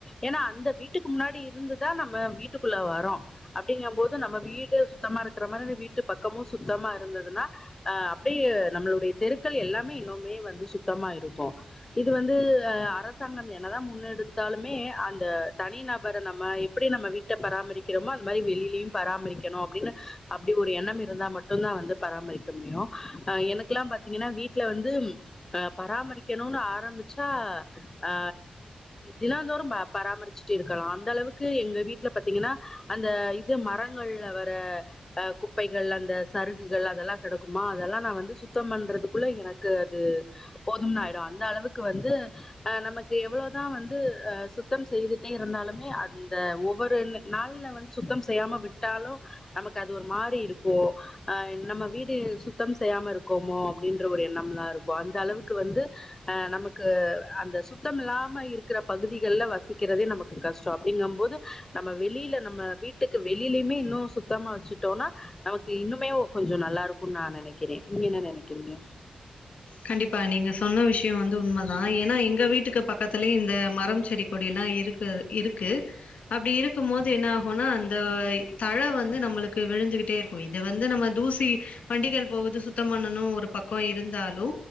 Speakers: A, on the left (about 20°); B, on the left (about 75°).
A: ஏனா அந்த வீட்டுக்கு முன்னாடி இருந்துதா நம்ம வீட்டுக்குள்ள வரோ அப்டிங்க போது நம்ம வீடு சுத்தமா இருக்கற மாரி வீட்டு பக்கமு சுத்தமா இருந்துதுன்னா அ அப்டியே நம்மளுடைய தெருக்கள் எல்லாமே இன்னுமே வந்து சுத்தமா இருக்கு இது வந்து அரசாங்கம் என்னதா முன்னெடுத்தாலுமே அந்த தனி நபர நம்ம எப்டி நம்ம வீட்ட பராமரிக்கிறோமோ அந்த மாரி வெளிலயு பராமரிக்கணு அப்டின்னு அப்டி ஒரு எண்ணம் இருந்தா ம ட்டும் தா வந்து பராமரிக்க முடியு அ எனக்கெலா பாத்தீங்கனா வீட்ல வந்து அ பராமரிக்கணுனு ஆரம்பிச்சா ஆ தினாந்தோறு பராமரிச்சுட்டு இருக்கலா அந்த அளவுக் கு எங்க வீட்ல பாத்தீங்கனா அந்த இது மரங்கள்ல வர அ குப்பைகள் அந்த சருகுகள் அதெல்லா கிடைக்குமா அதெல்லா நா வந்து சுத்தம் பண்றதுக்குள்ள எனக்கு அது போதும்னு ஆயிடு அந்த அளவுக்கு வந்து அ நமக்கு எவ்ளோதா வந்து அ சுத்தம் செய்துட்டே இருந்தாலுமே அது அந்த ஒவ்வொரு நாள்ல வந்து சுத்தம் செய்யாம விட்டாலு நமக்கு அது ஒரு மாறி இருக்கு அ நம்ம வீடு சுத்தம் செய்யாம இருக்கோமோ அப்டின்ற ஒரு எண்ணம்லா இருக்கு அந்த அளவுக்கு வந்து அ நமக்கு அந்த சுத்தம் இல்லாம இருக்கிற பகுதிகள்ல வசிக்கிறதே நமக்கு கஷ்டோ அப்டிங்க போது நம்ம வெளில நம்ம வீட்டுக்கு வெளிலியுமே இன்னு சுத்தமா வச்சுட்டோனா நமக்கு இன்னுமே கொஞ்ச நல்லா இருக்குனு நா நெனைக்கிறே நீங்க என்ன நெனைக்கிறீங்க
B: கண்டிப்பா நீங்க சொன்ன விஷயம் வந்து உண்மைதா ஏனா எங்க வீட்டுக்கு பக்கத்துலயு இந்த மரம் செடி கொடியெல்லா இருக்கு இருக்கு அப்டி இருக்கும் போது என்னாகுனா அந்த தழ வந்து நம்மளுக்கு விழுந்துகிட்டே இருக்கு இத வந்து நம்ம தூசி வண்டிகள் போகுது சுத்தம் பண்ணணு ஒரு பக்கம் இருந்தாலு